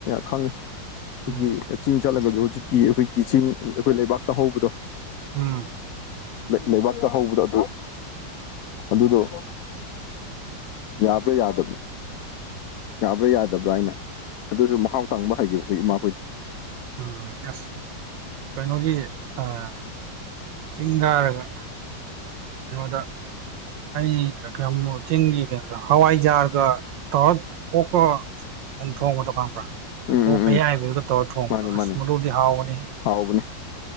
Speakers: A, on the left; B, on the right.
A: ꯈꯪꯉꯤ ꯑꯩꯈꯣꯏꯒꯤ
B: ꯎꯝ
A: ꯆꯤꯡ ꯆꯠꯂꯒꯖꯨ ꯍꯧꯖꯤꯛ ꯀꯤ ꯑꯩꯈꯣꯏꯒꯤ ꯆꯤꯡ ꯑꯩꯈꯣꯏ ꯂꯩꯕꯥꯛꯇ ꯍꯧꯕꯗꯣ
B: ꯎꯝ
A: ꯂꯩꯕꯥꯛꯇ ꯍꯧꯕꯗꯣ ꯑꯗꯨ ꯑꯗꯨꯗꯣ ꯌꯥꯕ꯭ꯔ ꯌꯥꯗ ꯌꯥꯕ꯭ꯔꯥ ꯌꯥꯗꯕ꯭ꯔꯥ ꯍꯥꯏꯅ ꯑꯗꯨꯁꯨ ꯃꯍꯥꯎ ꯇꯪꯕ ꯍꯩꯈꯤꯕ ꯑꯩꯈꯣꯏ ꯏꯃꯥꯈꯣꯏꯗꯤ꯫
B: ꯎꯝ ꯑꯁ ꯀꯩꯅꯣꯒꯤ ꯑꯩ ꯆꯤꯡ ꯀꯥꯔꯒ <unintelligible> ꯑꯩ ꯈꯪꯕꯨ ꯆꯤꯡꯒꯤ ꯀꯩꯅꯣ ꯍꯋꯥꯏꯖꯥꯔꯒ ꯇꯧꯔ ꯑꯣꯛꯀ ꯁꯟ ꯊꯣꯡꯕ ꯗꯨ ꯈꯪꯕ꯭ꯔ
A: ꯎꯝ
B: ꯑꯣꯛ
A: ꯎꯝ ꯎꯝ
B: ꯑꯌꯥꯏꯕꯒꯥ ꯇꯧꯔꯥ ꯊꯣꯡꯕꯗꯣꯃꯗꯨꯗꯤ
A: ꯃꯥꯅꯦ ꯃꯥꯅꯦ
B: ꯍꯥꯎꯕꯅꯤ꯫
A: ꯍꯥꯎꯕꯅꯦ